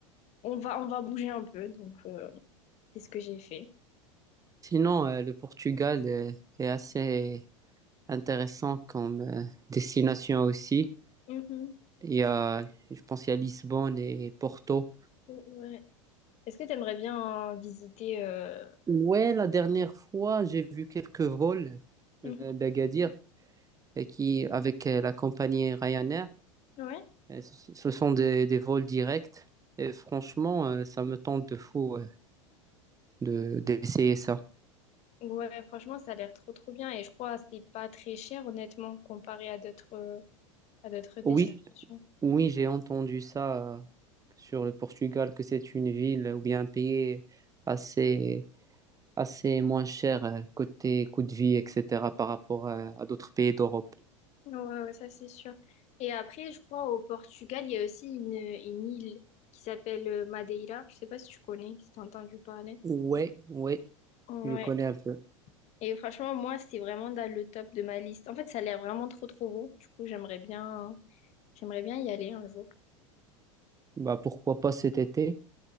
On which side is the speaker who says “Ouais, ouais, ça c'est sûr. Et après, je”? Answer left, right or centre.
Left